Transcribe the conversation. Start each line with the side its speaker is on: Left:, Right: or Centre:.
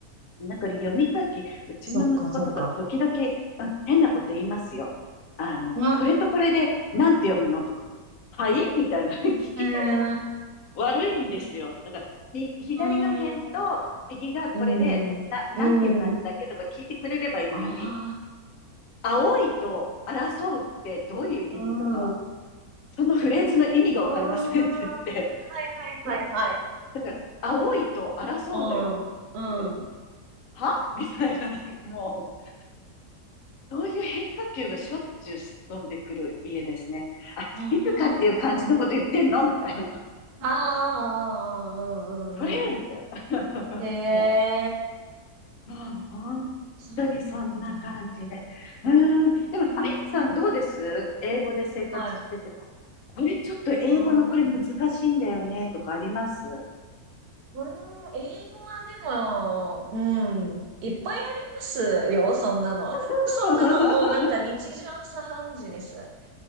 Left: なんか読み書き、うちの息子とか時々、
Right: そっか、そっか。
Left: うん変なこと言いますよ。あの、
Right: あ
Left: これとこれでなんて読むのとか、はいみたいな <laughs> 聞き方が
Right: うん、
Left: 悪いんですよ。だから、み、左の辺と右がこれで、
Right: うん、うん、
Left: な、なんていう感じだっけとか聞いてくれればいいのに、
Right: うん、あ
Left: 青いと争うってどういう意味とか、
Right: あ、うん、
Left: そのフレーズの意味がわかりませんって言って、
Right: ああ、はいはいはいはい。
Left: いや、だから、青いと争うだよ。
Right: うん、うん。
Left: かはみたいなね、もう。そういう変化球がしょっちゅうすっ飛んでくる家ですね。あ、
Right: あ
Left: 静かっていう感じのこと言ってんのみたいな。<laughs>
Right: あ、ああ、うん、
Left: それみたいな。
Right: うん、へえ、
Left: <laughs> もう、もう本
Right: そうなんだ。
Left: 当にそんな感じで。うーん。でも、
Right: へえ、
Left: あやさんどうです英語で生活してて、
Right: はい。
Left: こ、これちょっと英語のこれ難しいんだよねとかあります
Right: うん。これ英語はでも、うん、いっぱいありますよ、そんなの。
Left: <laughs>
Right: そんなのもうなんか日常茶飯事です。